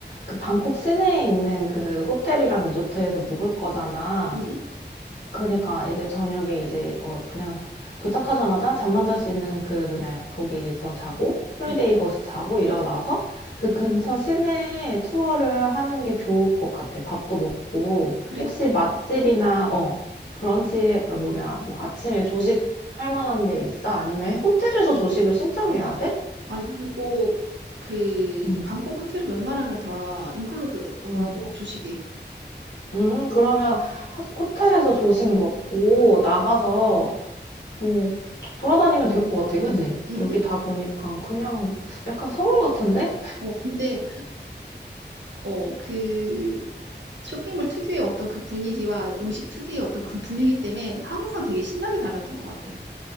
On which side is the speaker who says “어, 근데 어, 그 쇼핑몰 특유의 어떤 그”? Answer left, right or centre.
Right